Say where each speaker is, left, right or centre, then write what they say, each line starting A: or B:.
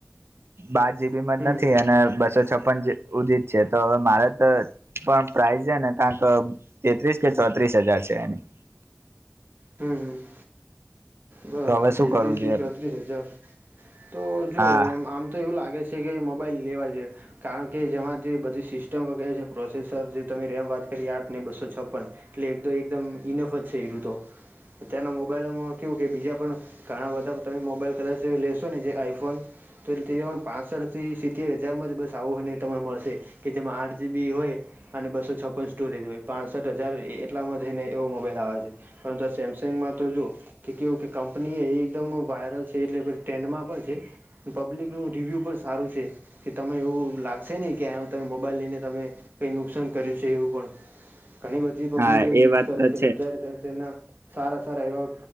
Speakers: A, on the right (about 75°); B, on the right (about 50°).
A: બાર જીબી
B: હમ
A: માં જ નથી
B: હમ
A: અને બસો છપન ઉદિત છે તો હવે મારે તો પણ પ્રઇઝ છે ને કારંક તેત્રીસ કે ચોત્રીસ હજાર છે એની
B: હમ હમ બરાબર
A: તો હવે શું
B: તેત્રીસ
A: કરવું
B: થી
A: જોઈએ
B: ચોત્રીસ હજાર તો જો
A: હા
B: આમ તો એવું લાગે છે છે કે મોબાઈલ લેવા છે કારણ કે જેમાં જે બધી સિસ્ટમ વગેરે છે પ્રોસેસર જે તમે રેમ વાત કરી આઠ ને બસો છપન એટલે એકદ એકદમ ઇનફ જ છે એઋતો અત્યારના મોબાઈલમાં કે બીજા પણ ઘણા બધા તમે મોબાઈલ કદાચ લેશો ને જે આઈફોન તો એટલે તે પણ પાંસઠથી સિત્તેર હજારમાં જ બસ આવુંને તરે મળશે કે જેમાં આઠ જીબી હોય અને બસો છપન સ્ટોરેજ હોય પાસઠ હજાર એટલામાં જઈને એવો મોબાઈલ આવે છે પરંતુ આ સેમસંગમાં તો જોુ કે કેવું કે કંપની એ એકદમ વાયરલ છે એટલે ટેન્ડમાં પણ છે પબ્લિકનું રિવ્યુ પણ સારું છે કે તમે એવું લાગશે નહીં કેું તમે મોબાઈલ લઈને તમે કઈ નુકસાન કર્યું છે એવું પણ ઘણી બધી પબ્લિકો
A: હા
B: યુઝ
A: એ વાત
B: કરે
A: તો
B: છે અત્યારે ના સારા સારા એવા